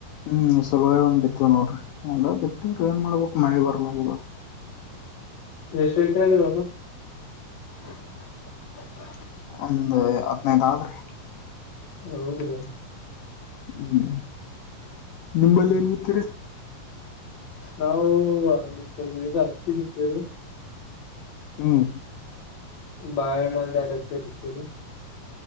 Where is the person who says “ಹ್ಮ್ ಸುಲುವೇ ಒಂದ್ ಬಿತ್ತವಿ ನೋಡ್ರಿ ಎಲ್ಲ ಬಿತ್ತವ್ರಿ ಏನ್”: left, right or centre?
Left